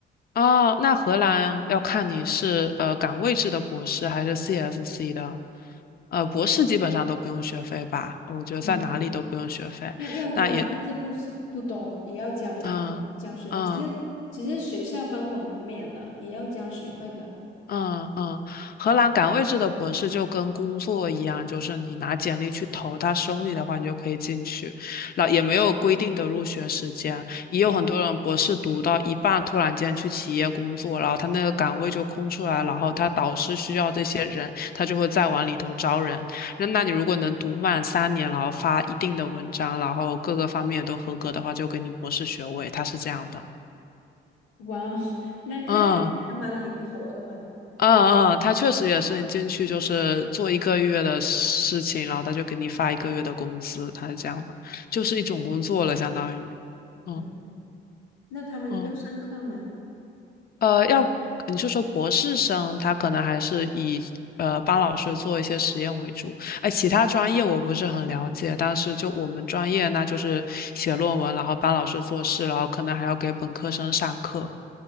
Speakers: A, on the left; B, on the left.
A: 哦，那荷兰要看你是呃岗位制的博士还是 CSC 的，呃，博士基本上都不用学费吧？我觉得在哪里都不用学费。
B: 嗯，要要交，
A: 那也，
B: 但是不是不多，也要交一点交学费。
A: 嗯嗯，
B: 其实其实学校帮我们免了，也要交学费的。
A: 嗯嗯，荷兰岗位制的博士就跟工作一样，就是你拿简历去投，他收你的话，你就可以进去。然后也没有规定的入学时间，也有很多人博士读到一半，突然间去企业工作，然后他那个岗位就空出来，然后他导师需要这些人，他就会再往里头招人。那那你如果能读满三年，然后发一定的文章，然后各个方面都合格的话，就给你博士学位，他是这样的。
B: 哇哦，<laughs> 那看起来还蛮灵活的嘛。
A: 嗯，嗯嗯，他确实也是，你进去就是做一个月的事情，然后他就给你发一个月的工资，他是这样的，就是一种工作了，相当于。嗯
B: 嗯，那他们要上课吗？
A: 嗯，呃，要你是说博士生，他可能还是以呃帮老师做一些实验为主。哎，其他专业我不是很了解，但是就我们专业，那就是写论文，然后帮老师做事，然后可能还要给本科生上课。